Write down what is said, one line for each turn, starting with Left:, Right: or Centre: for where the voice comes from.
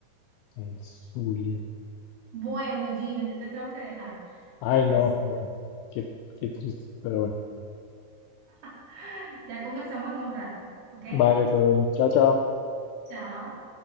Left: El Zulia.
Right: Bueno, Gino, yo te tengo que dejar.
Left: Ay,
Right: Por
Left: no,
Right: eso,
Left: bueno, qué, qué triste, pero bueno.
Right: <gasps> <laughs> ya conversamos en un rato, ¿ok?
Left: Vale, todo bien. Chao, chao.
Right: Chao.